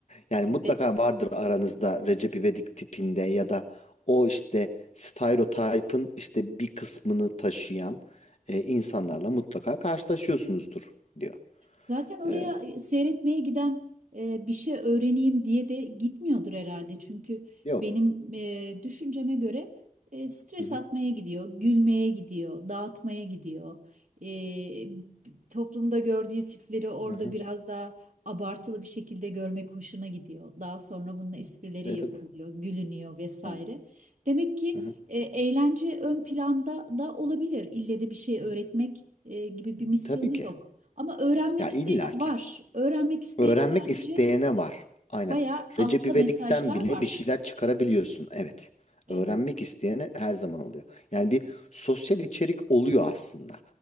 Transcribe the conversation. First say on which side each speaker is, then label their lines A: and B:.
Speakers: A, on the left; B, on the right.
A: Yani mutlaka
B: Ve,
A: vardır aranızda Recep İvedik tipinde ya da o işte stereotipin işte bir kısmını taşıyan e, insanlarla mutlaka karşılaşıyorsunuzdur diyor.
B: Zaten oraya
A: E,
B: e, seyretmeye giden e, bir şey öğreneyim diye de gitmiyordur herhalde. Çünkü
A: yok.
B: benim e, düşünceme göre e, stres
A: Hı hı,
B: atmaya gidiyor, gülmeye gidiyor, dağıtmaya gidiyor. E, toplumda gördüğü tipleri orada
A: hı hı.
B: biraz daha abartılı bir şekilde görmek hoşuna gidiyor. Daha sonra bunun esprileri
A: E
B: yapılıyor,
A: tabii.
B: gülünüyor vesaire.
A: Aynen.
B: Demek ki
A: Hı hı.
B: e, eğlence ön planda da olabilir. İlle de bir şey öğretmek e, gibi bir misyonu
A: Tabii ki.
B: yok. Ama öğrenmek
A: Ya
B: isteyene
A: illa
B: var.
A: ki.
B: Öğrenmek isteyene
A: Öğrenmek
B: bence
A: isteyene var. Aynen.
B: bayağı altta
A: Recep İvedik'ten
B: mesajlar
A: bile
B: var.
A: bir şeyler çıkarabiliyorsun. Evet.
B: Evet.
A: Öğrenmek isteyene her zaman oluyor. Yani bir sosyal içerik oluyor aslında.